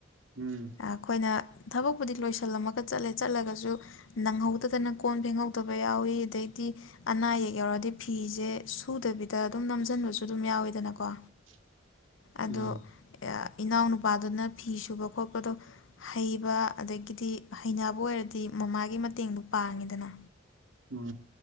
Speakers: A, on the right; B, on the left.
A: ꯎꯝ
B: ꯑꯩꯈꯣꯏꯅ ꯊꯕꯛ ꯗꯤ ꯂꯣꯏꯁꯤꯜꯂꯝꯃꯒ ꯆꯠꯂꯦ ꯆꯠꯂꯒꯁꯨ ꯅꯪꯍꯧꯗꯗꯅ ꯀꯣꯟ ꯐꯦꯡꯍꯧꯗꯕ ꯌꯥꯎꯋꯤ ꯑꯗꯩꯗꯤ ꯑꯅꯥ ꯑꯌꯦꯛ ꯌꯥꯎꯔꯗꯤ ꯐꯤꯁꯦ ꯁꯨꯗꯕꯤꯗ ꯑꯗꯨꯝ ꯅꯝꯁꯤꯟꯕꯁꯨ ꯑꯗꯨꯝ ꯌꯥꯎꯋꯦꯗꯅꯀꯣ
A: <unintelligible>
B: ꯑꯗꯣ
A: ꯎꯝ
B: ꯏꯅꯥꯎꯅꯨꯄꯥꯗꯨꯅ ꯐꯤ ꯁꯨꯕ ꯈꯣꯠꯄꯗꯣ ꯍꯩꯕ ꯑꯗꯒꯤꯗꯤ ꯍꯩꯅꯕꯨ ꯑꯣꯏꯔꯗꯤ ꯃꯃꯥꯒꯤ ꯃꯇꯦꯡꯗꯔ ꯄꯥꯡꯉꯤꯗꯅ
A: ꯎꯝ